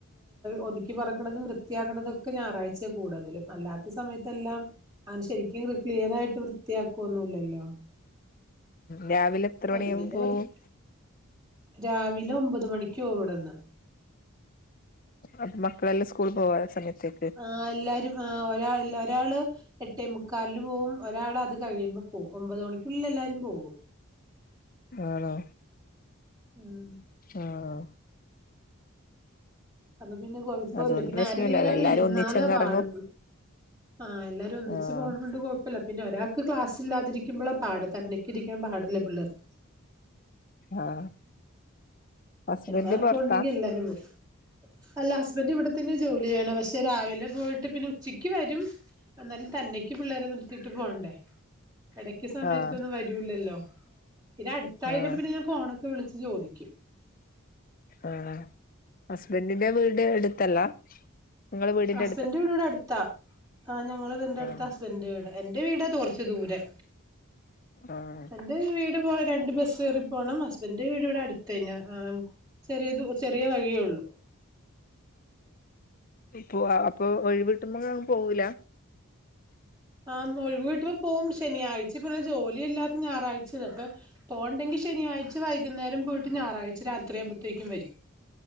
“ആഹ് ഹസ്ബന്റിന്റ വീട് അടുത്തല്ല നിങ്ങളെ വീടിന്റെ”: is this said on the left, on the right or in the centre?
Left